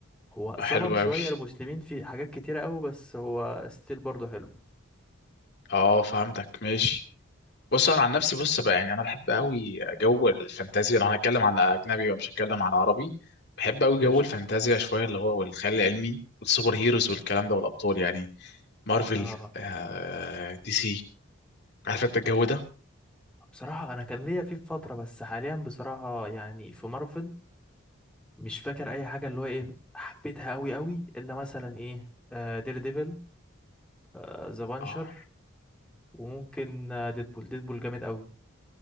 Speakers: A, in the centre; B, on the left.
A: هو
B: آه،
A: ظلم
B: حلو
A: شوية
B: قوي
A: المسلمين في حاجات كتيرة أوي بس هو ستيل برضه حلو
B: اه فهمتك ماشي بص انا عن نفسي بص بقى يعني انا بحب قوي جو الفانتازيا لو هنتكلم عن اجنبي بقى مش هتكلم عن عربي بحب قوي
A: قشطة
B: جو الفانتازيا شويه اللي هو والخيال العلمي والسوبر هيروز والكلام ده والابطال يعني مارفل
A: اه
B: آه دي سي عارف انت الجو ده
A: بصراحة أنا كان ليا فيه في فترة بس حاليا بصراحة يعني في مارفل مش فاكر أي حاجة اللي هو إيه حبيتها أوي أوي إلا مثلا إيه آه دير ديفل آه ذا بانشر
B: اه
A: وممكن آه ديدبول ديدبول جامد أوي